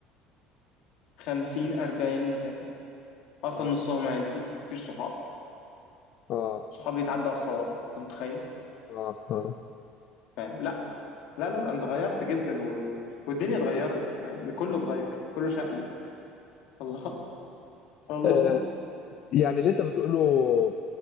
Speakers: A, on the left; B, on the left.
A: 50 40 متابع اصلا
B: اه
A: نصهم عيلتي مفيش صحاب
B: اه
A: صحابي يتعدوا على الصوابع انت متخيل
B: اه, آه.
A: فاهم لا لا لا لا، انت اتغيرت جدا وال... والدنيا اتغيرت فاهم كله اتغير كله شقلب <laughs> والله والله
B: آه. يعني اللي انت بتقوله